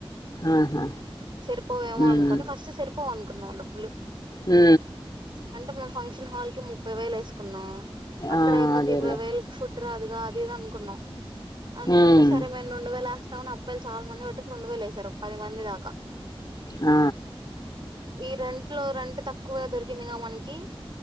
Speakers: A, on the left; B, on the right.
A: ఆహా
B: సరిపోవేమో
A: ఉమ్
B: అనుకోని ఫస్ట్ సేరిపోవ్ అనుకున్నాం డబ్బులు
A: ఉ
B: అంటే మేం ఫంక్షన్ హాల్ కి ముప్పై వేలు వేసుకున్నాం అక్కడ
A: ఆ
B: అయిపోతే
A: అదేలే
B: ఇరవై వేలు ఫుడ్ రాదుగా అది ఇది అనుకున్నాం అనుకుంటే
A: ఉమ్
B: సరే మ రెండు వేలేస్తా అని అబ్బయిలు చాలా మంది బటుకి రెండు వేలు వేసారు ఒక పది మంది దాకా
A: ఆ
B: ఈ రెంట్ లో రెంట్ తక్కువ దొరికిందిగా మనకి